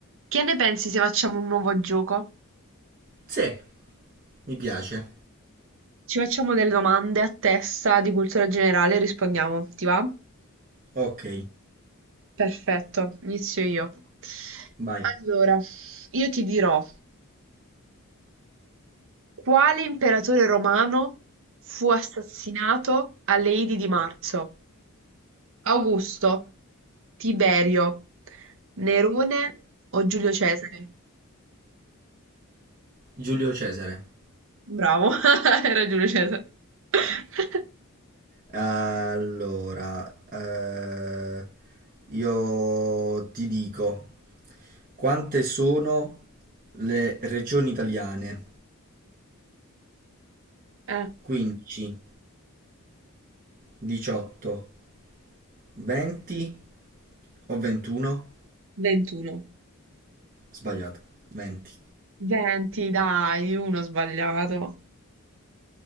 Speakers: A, on the right; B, on the right.
A: Che ne pensi se facciamo un nuovo gioco?
B: Sì, mi piace.
A: Ci facciamo delle domande a testa di cultura generale e rispondiamo, ti va?
B: Ok,
A: Perfetto, inizio io.
B: vai.
A: Allora, io ti dirò, quale imperatore romano fu assassinato alle Idi di marzo? Augusto, Tiberio, Nerone o Giulio Cesare?
B: Giulio Cesare.
A: Bravo, <laughs> era Giulio Cesare. <laughs>
B: Allora, eh, io ti dico quante sono le regioni italiane?
A: Eh,
B: 15, 18, 20 o 21?
A: 21.
B: Sbagliato, 20.
A: 20, dai, uno sbagliato.